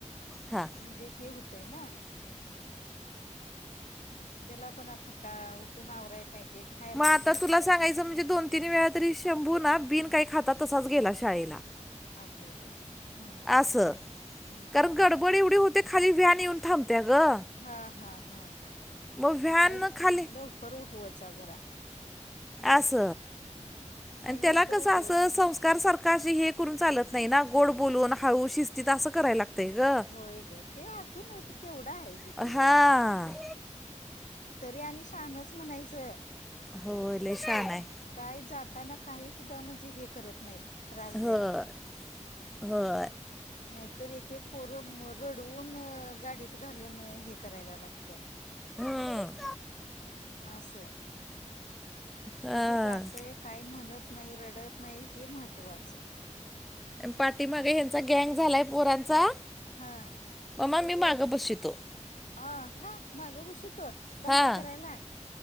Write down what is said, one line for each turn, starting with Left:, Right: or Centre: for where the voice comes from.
Centre: हा.
Left: म्हणजे हे होतय ना. त्याला पण आ का उठून आवरायला पाहिजे. खायला
Centre: मग
Left: घालायला
Centre: आता तुला
Left: पाहिजे
Centre: सांगायचं म्हणजे दोन तीन वेळा तरी शंभू ना बिन काही खाता तसाच गेला शाळेला
Left: अगो बाई हम्म
Centre: अस
Left: हम्म
Centre: कारण
Left: हम्म
Centre: गडबड
Left: हम्म
Centre: एवढी होती. ते खाली वॅन येऊन थांबते्या ग
Left: हा हा हा हा
Centre: मग व्हॅन
Left: नाही
Centre: खाली
Left: लवकर उठवत जा जरा.
Centre: अस
Left: हा नाही
Centre: आणि
Left: लवकर
Centre: त्याला कसं
Left: उठवत
Centre: असं
Left: जा
Centre: संस् सरकार सरकारशी हे करून चालत नाही ना गोड बोलून हाळू शिस्तीत असं कराय लागतंय ग.
Left: होय ग ते अजून केवढा आहे तिथून
Centre: हा
Left: तरी आणि शहाणच म्हणायचं
Centre: हो ले शहाणा ये.
Left: काय जाताना काही सुद्धा म्हणजे हे करत नाही. त्रास
Centre: होय,
Left: देत नाही
Centre: होय.
Left: नाहीतर एक एक पोरं रडवून गाडीत घालून हे करायला लागत्यात.
Centre: हम्म,
Left: अस
Centre: हा.
Left: ते जातय काही म्हणत नाही रडत नाही हे महत्त्वाचं ये.
Centre: पाठीमागे ह्यांचा गँग झालाय पोरांचा.
Left: हा
Centre: ममा मी माग बसवीतो
Left: अ खा मागं बसवितो दंगा
Centre: हा.
Left: करायला.